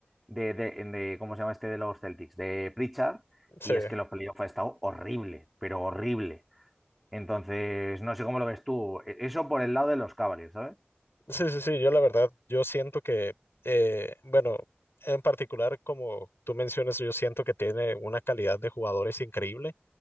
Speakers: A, in the centre; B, on the left (about 75°).
A: de, de- de- ¿cómo se llama este de los Celtics? De Pritchard,
B: Sí,
A: y es que los playoffs ha estado horrible, pero horrible. Entonces, no sé cómo lo ves tú. E- Eso por el lado de los Cavaliers, ¿sabes?
B: sí, sí, sí. Yo la verdad, yo siento que, eh, bueno, en particular, como tú mencionas, yo siento que tiene una calidad de jugadores increíble